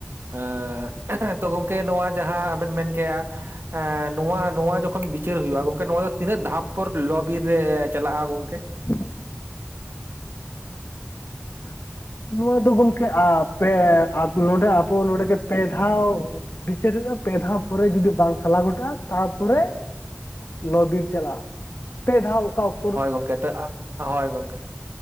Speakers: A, on the right; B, on the left.
A: ᱟᱸ ᱛᱚ ᱜᱚᱢᱠᱮ ᱱᱚᱣᱟ ᱡᱟᱦᱟᱸ ᱟᱵᱮᱱ ᱢᱮᱱ ᱠᱮᱜ-ᱟ ᱮ ᱱᱚᱣᱟ ᱱᱚᱣᱟ ᱡᱚᱠᱷᱚᱱ ᱵᱤᱪᱟᱹᱨ ᱦᱩᱭᱩᱜ-ᱟ ᱜᱚᱝᱠᱮ ᱱᱚᱣᱟ ᱫᱚ ᱛᱤᱱᱟᱹᱜ ᱫᱷᱟᱯ ᱯᱚᱨ ᱞᱚ ᱵᱤᱨ ᱨᱮ ᱪᱟᱞᱟᱜ-ᱟ ᱜᱚᱝᱠᱮ?
B: <inaudible> <inaudible> ᱱᱚᱣᱟ ᱫᱚ ᱜᱚᱝᱠᱮ ᱟ ᱯᱮ ᱟ ᱱᱚᱰᱮ ᱟᱵᱚ ᱱᱚᱰᱮᱜᱮ ᱯᱮ ᱫᱷᱟᱣ ᱵᱤᱪᱟᱹᱨ ᱦᱩᱭᱩᱜ-ᱟ, ᱯᱮ ᱫᱷᱟᱣ ᱯᱚᱨᱮ ᱡᱩᱫᱤ ᱵᱟᱝ ᱥᱟᱞᱟ ᱜᱷᱚᱴᱟᱜ-ᱟ ᱛᱟᱯᱚᱨᱮ ᱞᱚ ᱵᱤᱨ ᱪᱟᱞᱟᱜᱼᱟ, ᱯᱮ ᱫᱷᱟᱣ ᱚᱠᱟ ᱚᱠ
A: ᱦᱳᱭ ᱜᱚᱝᱠᱮ ᱚᱱᱟ ᱛᱮ ᱟᱜ, ᱦᱳᱭ ᱜᱚᱝᱠᱮ᱾